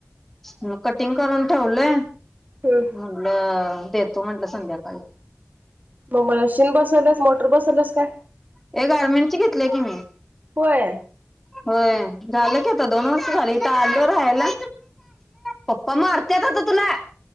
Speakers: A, in the centre; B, on the right (about 40°).
A: मग कटिंग करून ठेवलंय
B: हम्म.
A: मणलं देतो म्हटलं संध्याकाळी.
B: मग मशीन बसवल्यास मोटर बसवल्यास काय?
A: हे गारमेंटची घेतले की मी
B: होय.
A: होय झालं की आता दोन वर्ष झाली आलो रायला पप्पा मारत्यात हं आता तुला